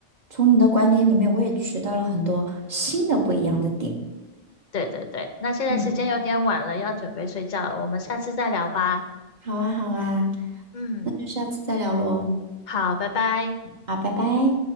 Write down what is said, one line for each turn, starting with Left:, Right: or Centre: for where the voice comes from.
Right: 从你的观点里面，我也学到了很多新的不一样的点。
Left: 对对对，那现在时间有点晚了，
Right: 嗯，
Left: 要准备睡觉了，我们下次再聊吧。
Right: 好啊，好啊，
Left: 嗯，
Right: 那就下次再聊喽。
Left: 好，拜拜。
Right: 好，拜拜。